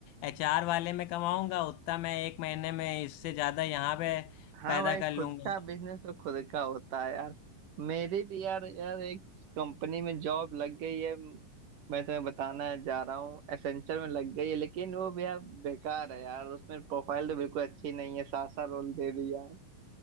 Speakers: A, on the left; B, on the right.
A: एचआर वाले में कमाऊंगा उतना मैं एक महीने में इससे ज़्यादा यहाँ पे
B: हाँ
A: पैदा
B: भाई
A: कर लूंगा
B: खुद का बिजनेस तो खुद का होता है यार मेरी भी यार यार एक कंपनी में जॉब लग गई है मैं तुम्हें बताना जा रहा हूँ एसेंचर में लग गई है लेकिन वो भी यार बेकार है यार उसमें प्रोफाइल तो बिल्कुल अच्छी नहीं है सासा रोल दे दिया